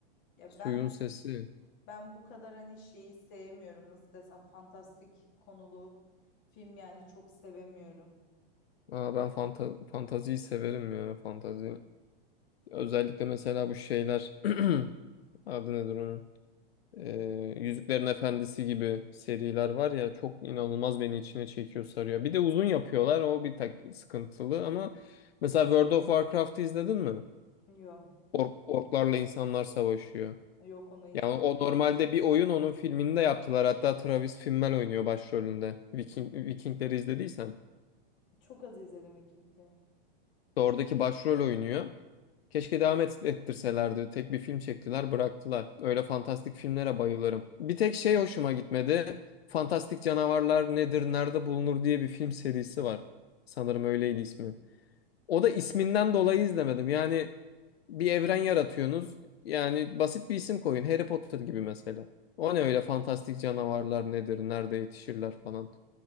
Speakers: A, on the left; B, on the left.
A: Ya
B: Suyun
A: ben
B: Sesi.
A: ben bu kadar hani şeyi sevmiyorum. Nasıl desem fantastik konulu film yani çok sevemiyorum.
B: Aa, ben fanta fantaziyi severim ya fantazi. Özellikle mesela bu şeyler. <clears throat> Adı nedir onun? Ee, Yüzüklerin Efendisi gibi seriler var ya çok inanılmaz beni içine çekiyor sarıyor. Bir de uzun yapıyorlar o bir tak sıkıntılı ama mesela World of Warcraft'ı izledin mi?
A: Yok.
B: Ork- orklarla insanlar savaşıyor.
A: Yok onu izlemedim.
B: Yani o normalde bir oyun onun filmini de yaptılar. Hatta Travis Fimmel oynuyor başrolünde. Viking, Vikingleri izlediysen.
A: Çok az izledim Vikingleri.
B: İşte Oradaki başrol oynuyor. Keşke devam et, ettirselerdi. Tek bir film çektiler, bıraktılar. Öyle fantastik filmlere bayılırım. Bir tek şey hoşuma gitmedi. Fantastik Canavarlar Nedir, Nerede Bulunur diye bir film serisi var. Sanırım öyleydi ismi. O da isminden dolayı izlemedim. Yani bir evren yaratıyorsunuz. Yani basit bir isim koyun. Harry Potter gibi mesela. O ne öyle fantastik canavarlar nedir, nerede yetişirler falan.